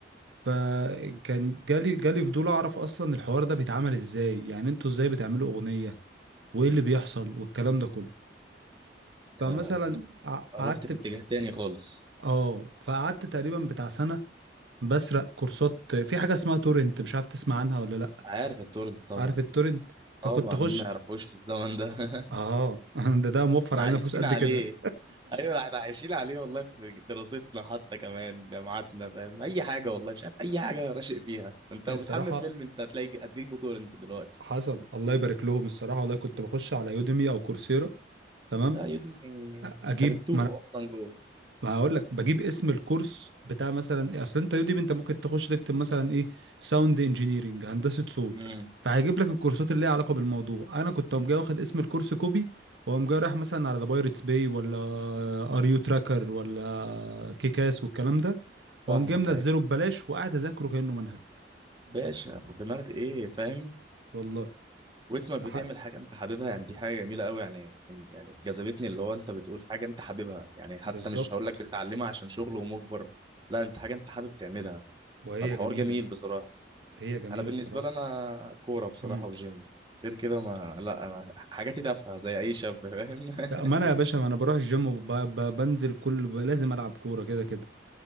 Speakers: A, on the right (about 85°); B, on the right (about 25°).
A: فكان جالي جالي فضول اعرف اصلا الحوار ده بيتعمل ازاي يعني انتوا ازاي بتعملوا اغنية وايه اللي بيحصل والكلام ده كله
B: ده
A: فمثلا ع-
B: رحت
A: قعدت
B: في اتجاه تاني خالص
A: اه فقعدت تقريبا بتاع سنة بسرق كورسات في حاجة اسمها تورنت مش عارف تسمع عنها ولا لا
B: عارف التورنت طبعا
A: عارف التورنت
B: طبعا
A: فكنت اخش
B: مين ما يعرفوش في الزمن ده <laughs>
A: اه <laughs> ده ده موفر
B: احنا
A: علينا
B: عايشين
A: فلوس قد
B: عليه
A: كده
B: ايوه احنا عايشين عليه والله في دراستنا حتى كمان جامعاتنا فاهم اي حاجة والله مش عارف اي حاجة راشق فيها انت
A: <laughs> الصراحة
B: لو بتحمل فيلم انت هتلاقي هتجيب تورنت دلوقتي
A: حصل الله يبارك لهم الصراحة والله كنت بخش على يوديمي او كورسيرا تمام
B: ده يا ابني
A: أ- اجيب
B: انت بتتوه اصلا جوه
A: ما هقول لك بجيب اسم الكورس بتاع مثلا ايه اصل انت يوديمي انت ممكن تخش تكتب مثلا ايه ساوند انجينيرنج هندسه صوت
B: امم
A: فهيجيب لك الكورسات اللي ليها علاقه بالموضوع انا كنت قوم جاي واخد اسم الكورس كوبي واقوم جاي رايح مثلا على ذا بايرتس باي ولا ار يو تراكر ولا كيكاس والكلام ده
B: فاهمك
A: واقوم جاي منزله
B: ايوه
A: ببلاش وقاعد اذاكره كانه منهج
B: باشا دماغ ايه فاهم
A: والله
B: واسمك بتعمل
A: ده حق
B: حاجه انت حاببها يعني دي حاجه جميله قوي يعني من- يعني جذبتني اللي هو انت بتقول حاجه انت حاببها يعني حتى
A: بالظبط
B: مش هقول لك بتتعلمها عشان شغل ومجبر لا انت حاجه انت حابب تعملها
A: وهي
B: فالحوار
A: جميله
B: جميل بصراحه
A: هي جميله
B: انا بالنسبه
A: الصراحه
B: لي انا كوره بصراحه
A: امم
B: وجيم غير كده ما لا انا حاجاتي تافهه زي اي شاب فاهم <laughs>
A: لا ما انا يا باشا ما انا بروح الجيم وبنزل كل ب... لازم العب كوره كده كده